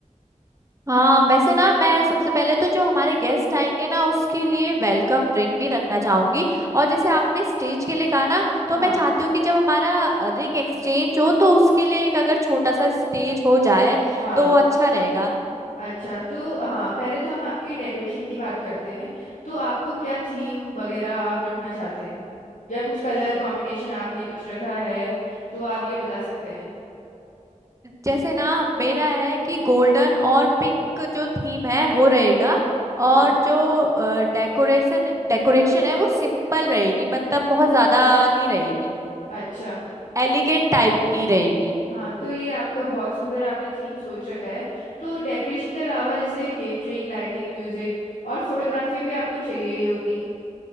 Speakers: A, on the right; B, on the left.
A: हाँ वैसे ना मैं सबसे पहले तो जो हमारे गेस्ट आएंगे ना उसके लिए वेलकम ड्रिंक भी रखना चाहूंगी और जैसे आपने स्टेज के लिए कहा ना तो
B: हाँ
A: मैं चाहती हूँ कि जब हमारा रिंग एक्सचेंज हो तो उसके लिए एक अगर छोटा सा स्टेज हो जाए
B: हाँ
A: तो अच्छा रहेगा
B: अच्छा तो हाँ पहले तो हम आपकी डेकोरेशन की बात करते हैं तो आपको क्या थीम वगैरह आप रखना चाहते हैं या कुछ कलर कॉम्बिनेशन आपने कुछ रखा है तो आप ये बता सकते हैं
A: जैसे ना मेरा है कि गोल्डन और पिंक जो थीम है वो रहेगा और
B: अच्छा
A: जो डेकोरेशन डेकोरेशन है वो सिंपल रहेगी मतलब बहुत ज्यादा नहीं रहेगी
B: अच्छा,
A: एलिगेंट टाइप की रहेगी
B: हाँ तो ये आपका बहुत सुंदर आपने थीम सोच रखा है तो डेकोरेशन के अलावा जैसे केटरिंग लाइटिंग म्यूजिक और फोटोग्राफी भी आपको चाहिए ही होगी